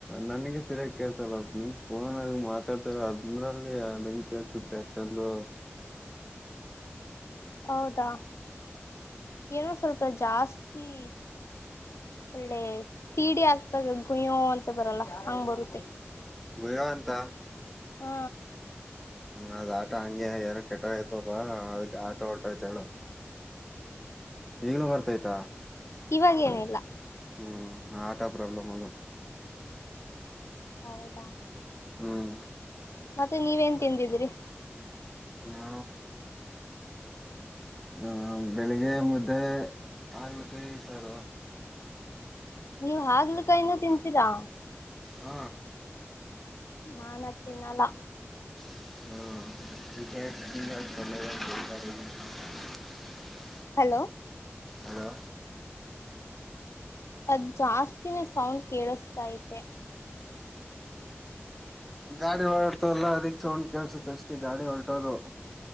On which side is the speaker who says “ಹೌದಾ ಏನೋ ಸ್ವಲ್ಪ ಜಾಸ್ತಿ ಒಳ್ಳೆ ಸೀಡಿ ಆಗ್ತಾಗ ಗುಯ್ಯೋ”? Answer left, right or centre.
Left